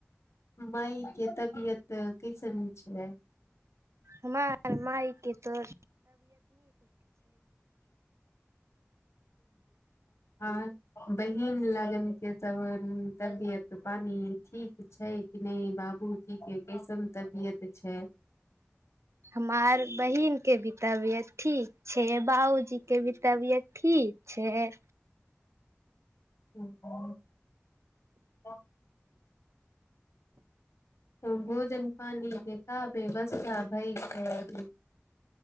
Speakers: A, on the left; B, on the right.
A: मईके तबियत कैसन हो छै।
B: हम मायके त।
A: आ बहिन लगन केस तबियत। पानी ठीक छै कि नहि बाबूजी के कैसन तबियत छै।
B: हमार बहिन। के बितबिय ठीक छै बाऊजी के भी तबियत ठीक छै।
A: <unintelligible> <unintelligible> त भोजन पानी के क बेवसथा भई खय द